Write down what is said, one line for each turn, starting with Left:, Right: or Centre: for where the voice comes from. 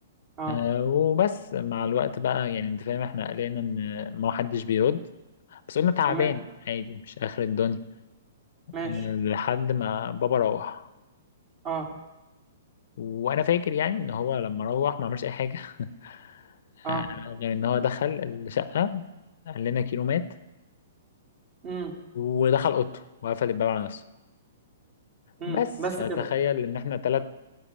Right: اه
Left: آه، وبس مع الوقت بقى يعني انت فاهم احنا قلقنا ان ما حدش بيرد بس قلنا تعبان
Right: تمام
Left: عادي مش اخر الدنيا
Right: ماشي
Left: آه، لحد ما بابا روح
Right: اه
Left: وانا فاكر يعني ان هو لما روح ما عملش اي حاجه <laughs>
Right: اه
Left: آه، غير ان هو دخل الشقه قال لنا كيلو مات
Right: امم
Left: ودخل اوضته وقفل الباب على نفسه
Right: امم
Left: بس
Right: بس
Left: فتخيل
Right: كده
Left: ان احنا ثلاث